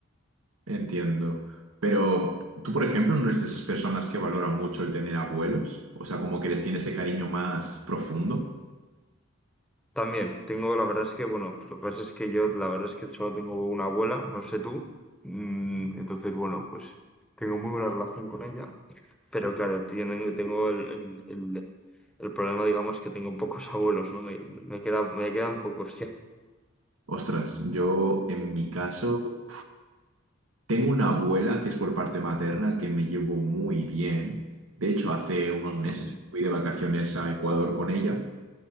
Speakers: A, on the right (about 85°); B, in the centre.
A: Entiendo. Pero tú, por ejemplo, no eres de esas personas que valoran mucho el tener abuelos, o sea, como que les tiene ese cariño más profundo.
B: También tengo, la verdad es que, bueno, lo que pasa es que yo, la verdad es que solo tengo una abuela, no sé tú. Mm, Entonces, bueno, pues tengo muy buena relación con ella, pero claro, tienen, tengo el, el, el- el problema, digamos, que tengo pocos <laughs> abuelos, ¿no? Me, me queda, me quedan pocos, sí.
A: Ostras, yo en mi caso tengo una abuela que es por parte materna que me llevo muy bien. De hecho, hace unos meses
B: Ujú,
A: fui de vacaciones a Ecuador con ella.